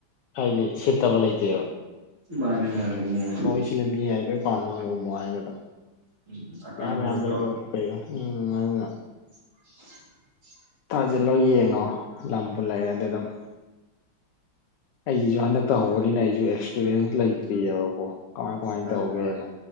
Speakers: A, on the left (about 65°); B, on the right (about 75°).
A: ꯍꯥꯏꯗꯤ ꯁꯤꯠꯇꯕ ꯂꯩꯇꯦꯕ
B: ꯃꯥꯅꯦꯦ ꯃꯥꯅꯦꯦ ꯎꯃꯣꯎꯜ
A: ꯃꯣꯏ ꯁꯤꯅ ꯃꯤ ꯍꯥꯏ ꯂꯣꯏ ꯄꯥꯝꯅꯕꯅ ꯎꯃꯣ ꯍꯥꯏꯅ ꯑꯗꯨꯝ
B: ꯎꯝ ꯑꯀꯪꯕ
A: ꯃꯌꯥꯝ ꯃꯌꯥꯝ
B: ꯑꯣꯏꯅ
A: ꯂꯩꯅꯕ
B: ꯇꯧꯔꯒ
A: ꯀꯣ ꯎꯝ
B: <inaudible>
A: ꯇꯥꯁꯤꯜꯂꯣ ꯌꯦꯡꯉꯣ ꯂꯝꯕꯨ ꯂꯩꯔꯗꯤ ꯑꯗꯨꯝ ꯑꯩꯁꯤꯁꯨ ꯍꯟꯗꯛ ꯇ ꯍꯧꯕꯅꯤꯅ ꯑꯩꯁꯨ ꯑꯦꯛꯁꯄꯤꯔꯤꯌꯦꯟꯁ ꯂꯩꯇ꯭ꯔꯤꯑꯕꯀꯣ ꯀꯃꯥꯏ ꯀꯃꯥꯏꯅ
B: ꯃꯥꯅꯦ
A: ꯇꯧꯒꯦꯅ
B: ꯃꯥꯅꯦ